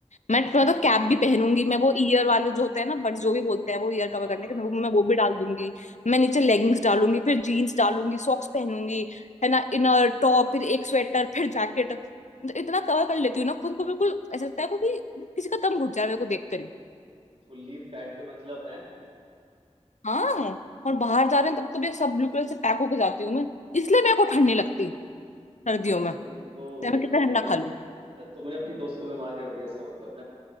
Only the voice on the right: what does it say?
ओ
हाँ
हाँ
हाँ
भाई फुल्ली पैक्ड मतलब है
तो
हाँ
तभी तो
तभी तुम्हारी
दोस्त
मतलब तुमने अपनी दोस्त को बीमार कर दिया इसका मतलब